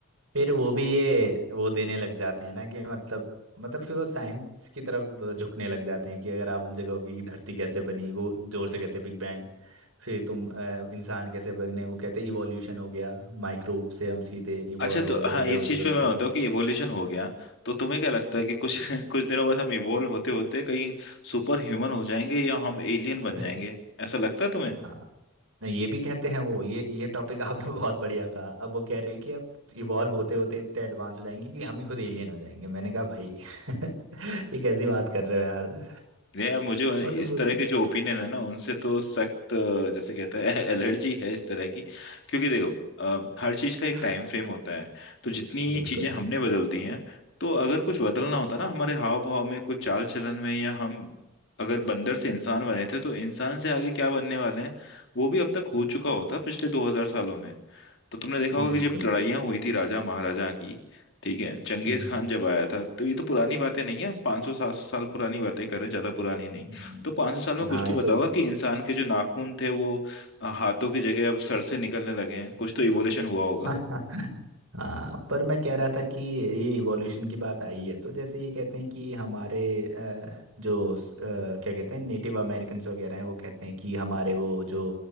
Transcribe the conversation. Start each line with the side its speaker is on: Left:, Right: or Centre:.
Right: फिर वो भी ये वो देने लग जाते हैं ना कि मतलब मतलब फिर वो साइंस की तरफ झुकने लग जाते हैं कि अगर आप उनसे कहोगे कि धरती कैसे बनी वो जोर से कहते हैं बिग फिर तुम अ, इंसान कैसे बने वो कहते हैं इवोल्यूशन हो गया माइक्रोब से हम सीधे इवॉल्व
Left: अच्छा
Right: हो,
Left: तो हाँ
Right: होते
Left: इस
Right: होते
Left: चीज
Right: होते
Left: पे मैं मानता
Right: होते
Left: हूँ कि इवोल्यूशन हो गया तो तुम्हें क्या लगता है कि कुछ <laughs> कुछ दिनों बाद हम इवोल्व होते होते कहीं सुपर ह्यूमन हो जाएंगे या हम एलियन
Right: <laughs>
Left: बन जाएंगे ऐसा लगता है तुम्हें
Right: हाँ ये भी कहते हैं वो ये ये टॉपिक आपने बहुत बढ़िया कहा अब वो कह रहे हैं कि अब इवॉल्व होते होते इतने एडवांस हो जाएंगे कि हम ही खुद एलियन हो जाएंगे मैंने कहा भाई <laughs> ये कैसी बात कर रहे हो यार तो
Left: नहीं यार मुझे उन-
Right: मतलब
Left: इस
Right: मुझे
Left: तरह के जो ओपिनियन है ना उनसे तो सख्त अ, जैसे कहते हैं <laughs> एलर्जी है इस तरह की क्योंकि देखो अ, हर चीज का एक
Right: <laughs>
Left: टाइम फ्रेम होता है तो जितनी
Right: बिल्कुल
Left: चीजें हमने बदल दी हैं तो अगर कुछ बदलना होता ना हमारे हाव भाव में कुछ चाल चलन में या हम अगर बंदर से इंसान बने थे तो इंसान से आगे क्या बनने वाले हैं वो भी अब तक हो चुका होता पिछले 2000 सालों में तो तुमने देखा होगा
Right: बिल्कुल
Left: कि जब लड़ाइयाँ हुई थी राजा महाराजा की ठीक है चंगेज
Right: हम्म
Left: खान जब आया था तो ये तो पुरानी बातें नहीं है 500 सौ सात सौ साल पुरानी बातें कर रहे हैं, ज्यादा पुरानी नहीं
Right: हम्म।
Left: तो 500 साल में कुछ
Right: हाँ
Left: तो
Right: ये
Left: बदला
Right: तो
Left: होगा कि इंसान के जो नाखून थे वो अ, हाथों की जगह अब सर से निकलने लगे हैं कुछ तो इवोल्यूशन हुआ
Right: <laughs> हाँ पर मैं कह रहा था कि ये इवोल्यूशन की बात आई है तो जैसे ये कहते हैं कि हमारे अ, जो स- अ, क्या कहते हैं नेटिव अमेरिकन्स वगैरह हैं वो कहते हैं कि हमारे वो जो